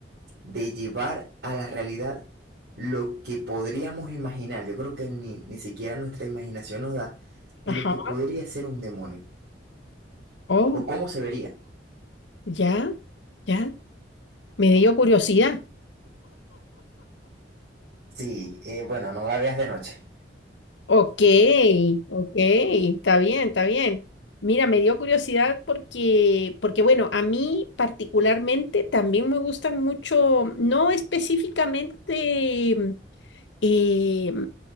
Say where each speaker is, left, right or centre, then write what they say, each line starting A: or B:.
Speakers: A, on the right; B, on the left.
A: de llevar a la realidad lo que podríamos imaginar. Yo creo que ni, ni siquiera nuestra imaginación nos da de
B: ajá.
A: lo que podría ser un demonio
B: Oh,
A: o cómo se vería.
B: ya. Ya. Me dio curiosidad.
A: Sí, eh, bueno, no la veas de noche.
B: Ok, ok, está bien, está bien. Mira, me dio curiosidad porque, porque bueno, a mí particularmente también me gustan mucho, no específicamente. eh,